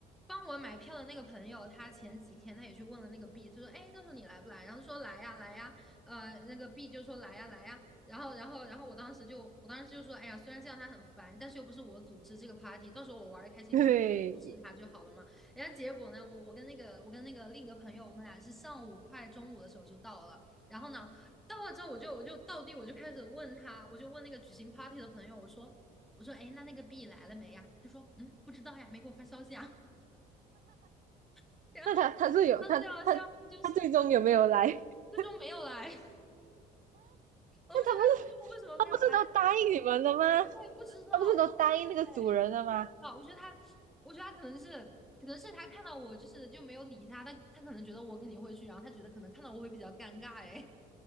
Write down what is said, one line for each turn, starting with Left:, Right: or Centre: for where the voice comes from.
Centre: 帮我买票的那个朋友，他前几天他也去问了那个 B，他说：“哎，到时候你来不来？”然后说：“来呀，来呀。”呃，那个 B 就说：“来呀，来呀。”然后，然后，然后我当时就，我当时就说：“哎呀，虽然这样他很烦，但是又不是我组织这个 party，到时候我玩的开心就好。”不是他就好了嘛。
Right: 对，
Centre: 然后结果呢，我我跟那个我跟那个另一个朋友，我们俩是上午快中午的时候就到了，然后呢，到了之后我就我就到地我就开始问他，我就问那个举行 party 的朋友，我说我说哎，那那个 B 来了没呀？他说嗯，不知道呀，没给我发消息啊。<laughs> 然后
Right: 那他他是有他他他最终有没有来？
Centre: 他最好笑的就是就说没有来，
Right: <laughs>
Centre: <laughs> 我不知道他说为什么没有来，
Right: 那他不是他不是都答应你们了吗？
Centre: 我也不知道。
Right: 他不是都答应那个主人了吗？
Centre: 对，啊，我觉得他，我觉得他可能是，可能是他看到我就是就没有理他，他他可能觉得我肯定会去，然后他觉得可能看到我会比较尴尬，哎，